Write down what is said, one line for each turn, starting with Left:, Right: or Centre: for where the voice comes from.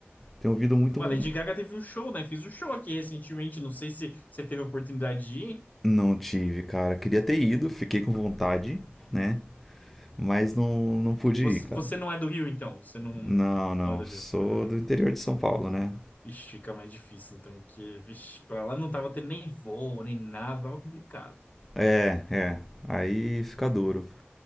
Centre: Tenho ouvido muito.
Left: Olha,
Centre: um-
Left: Lady Gaga teve um show, né? Fiz um show aqui recentemente, não sei se você teve a oportunidade de ir.
Centre: Não tive, cara. Queria ter ido, fiquei com vontade, né? Mas não, não pude
Left: Você,
Centre: ir, cara.
Left: você não é do Rio, então? Você não,
Centre: Não, não.
Left: não é do
Centre: Sou
Left: Rio? Ah.
Centre: do interior de São Paulo, né?
Left: Ixi, fica mais difícil, então, que, vixe, pra lá não tava tendo nem voo, nem nada, tava complicado.
Centre: É, é. Aí fica duro.